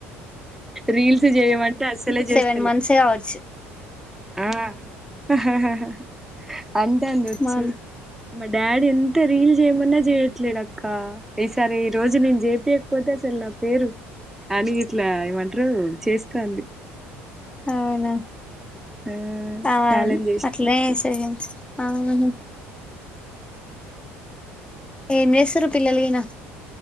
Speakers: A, in the centre; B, on the left (about 15°).
A: రీల్స్ చేయమంటే అసలే చేస్.
B: టెన్ మంత్సే ఆవచ్చు.
A: ఆహ్ హ హ హ అంటాంది వచ్చి
B: మన్
A: మా డాడ్. డాడి ఎంత రీల్ చేయమన్నా చేయట్లే అత్. అక్క ఈసారి ఈ రోజు నేను చేపియకపోతే అసలు నా పేరు. అని ఇట్లా ఏమంటారు చేస్తాంది.
B: అవునా
A: ఆ
B: ఆమె
A: ఛాలెంజ్ చేసినట్టు
B: అట్లనే చేస్తది గాని. ఆహా. ఏం చేస్తుండ్రు పిల్లల్ గినా.